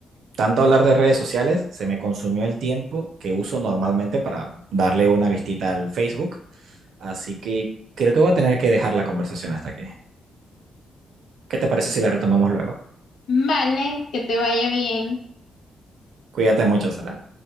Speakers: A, on the right; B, on the left.
A: tanto hablar de redes sociales, se me consumió el tiempo que uso normalmente para darle una vistita al Facebook. Así que creo que voy a tener que dejar la conversación hasta aquí. ¿Qué te parece si la retomamos luego?
B: Vale, que te vaya bien.
A: Cuídate mucho, Sara.